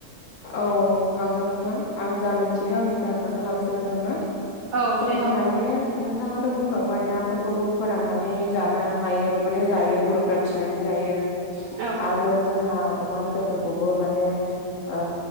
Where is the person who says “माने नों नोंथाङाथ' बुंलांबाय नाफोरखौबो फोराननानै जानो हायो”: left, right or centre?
Left